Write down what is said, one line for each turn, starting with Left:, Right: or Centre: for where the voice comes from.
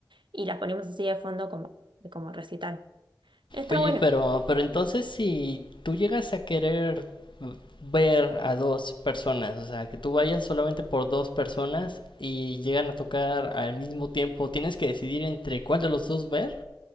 Right: y las poníamos así de fondo como, como recital. Está
Left: Oye,
Right: bueno.
Left: pero, pero entonces si tú llegas a querer ver a dos personas, o sea, que tú vayas solamente por dos personas y llegan a tocar al mismo tiempo, tienes que decidir entre cuál de los dos ver.